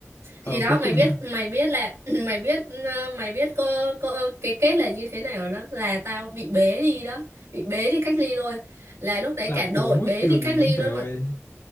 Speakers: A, on the left (about 85°); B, on the right (about 85°).
A: ở
B: thì đó
A: cuối cùng
B: mày biết
A: là
B: mày biết là <clears throat> mày biết ờ, mày biết có, có cái kết là như thế nào rồi đó là tao bị bế đi đó bị bế đi cách ly luôn là lúc đấy
A: là
B: cả đội
A: bốn bức
B: bế
A: tường
B: đi cách ly
A: luôn. trời
B: luôn
A: ơi